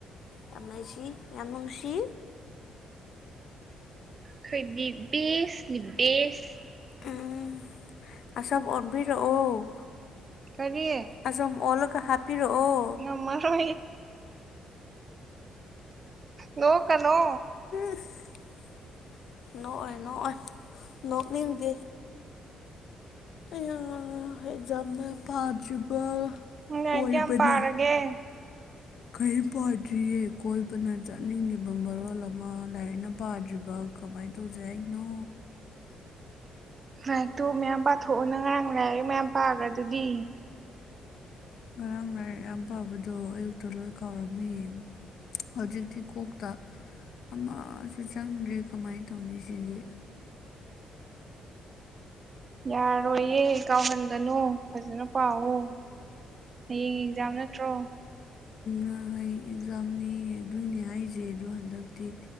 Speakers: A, on the left; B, on the right.
A: ꯌꯥꯝ ꯅꯨꯡꯁꯤ ꯌꯥꯝ ꯅꯨꯡꯁꯤ
B: <unintelligible> <inaudible> ꯈꯣꯏꯗꯤꯁ ꯗꯁ
A: ꯎꯝ ꯑꯁꯝ
B: ꯑꯁꯥ ꯀꯗ
A: ꯑꯣꯟꯕꯤꯔꯛꯑꯣ
B: ꯑ ꯀꯔꯤ
A: ꯑꯁꯝ ꯑꯣꯜꯂꯒ ꯍꯥꯞꯄꯤꯔꯛꯑꯣ
B: ꯉꯃꯔ ꯅꯣ ꯀꯅꯣ
A: <unintelligible> <inaudible> ꯅꯣꯛꯑꯣꯏ ꯅꯣꯛꯑꯣꯏ ꯅꯣꯛꯅꯤꯡꯗꯦ ꯑꯦꯛꯖꯥꯝꯅ ꯄꯥꯗ꯭ꯔꯤꯕ
B: ꯂꯥꯏꯔꯤꯛ
A: ꯑꯣꯏꯕꯅꯦ
B: ꯀꯌꯥꯝ ꯄꯥꯔꯒꯦ
A: ꯀꯩ ꯄꯥꯗ꯭ꯔꯤꯌꯦ ꯀꯣꯏꯕꯅ ꯆꯠꯅꯤꯡꯉꯕ ꯕ ꯃꯔꯣꯜ ꯑꯃ ꯂꯥꯏꯔꯤꯛꯅ ꯄꯥꯗ꯭ꯔꯤꯕ ꯀꯃꯥꯏꯅ ꯇꯧꯖꯦꯅꯣ
B: ꯂꯥꯏꯔꯤꯛꯇꯣ ꯃꯌꯥꯝ ꯄꯥꯊꯣꯛꯎꯅ ꯉꯥꯡ ꯂꯥꯏꯔꯤꯛ ꯃꯌꯥꯝ ꯄꯥꯈ꯭ꯔ ꯑꯗꯨꯗꯤ
A: ꯉꯔꯥꯡ ꯂꯥꯏꯔꯤꯛ ꯌꯥꯝ ꯄꯥꯕꯗꯣ ꯑꯌꯨꯛꯇ ꯂꯣꯏ ꯀꯥꯎꯔꯝꯃꯤ ꯍꯧꯖꯤꯛꯇꯤ ꯀꯣꯛꯇ ꯑꯃꯁꯨ ꯆꯪꯗ꯭ꯔꯦ ꯀꯃꯥꯏꯅ ꯇꯧꯅꯤ ꯁꯤꯗꯤ
B: ꯌꯥꯔꯣꯏꯌꯦ ꯀꯥꯎꯍꯟꯒꯅꯨ ꯐꯖꯅ ꯄꯥꯋ ꯍꯌꯦꯡ ꯑꯦꯛꯖꯥꯝ ꯅꯠꯇ꯭ꯔꯣ
A: ꯍ ꯑꯦꯛꯖꯥꯝꯅꯤ ꯑꯗꯨꯏꯅꯦ ꯍꯥꯏꯁꯦ ꯑꯗꯣ ꯍꯟꯗꯛꯇꯤ